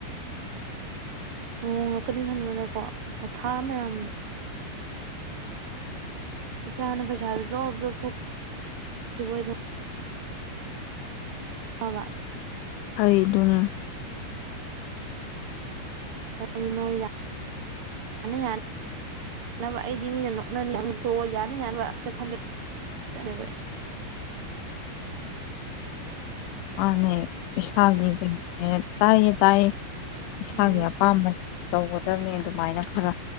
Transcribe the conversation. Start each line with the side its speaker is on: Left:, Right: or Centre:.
Right: ꯂꯣꯡꯉꯛꯀꯅꯤ ꯈꯟꯕꯗꯀꯣ ꯑꯊꯥ ꯃꯌꯥꯝ ꯁꯌꯥꯅ ꯄꯩꯁꯥꯗ ꯣꯕ ꯣꯕ ꯊꯣꯛ ꯇꯣꯏ ꯑꯋꯥ
Left: ꯍꯩꯗꯨꯅꯤ
Right: ꯀꯔꯤꯅꯣꯅ ꯌꯥꯅꯕ ꯑꯩꯗꯤ ꯃꯤꯅ ꯅꯣꯛꯅꯅꯤ ꯊꯣꯛꯣꯛꯑꯣ ꯌꯥꯅ ꯌꯥꯕ ꯈꯜꯂꯤ ꯆꯠꯂꯦꯕ ꯑꯩ
Left: ꯃꯥꯅꯦ ꯏꯁꯥꯒꯤ ꯀ ꯇꯥꯏꯌꯦ ꯇꯥꯏꯌꯦ
Right: ꯎꯝ
Left: ꯁꯒꯦ ꯄꯥꯝꯕꯅꯤ ꯇꯧꯒꯗꯕꯅꯤ ꯑꯗꯨꯃꯥꯏꯅ ꯈꯔ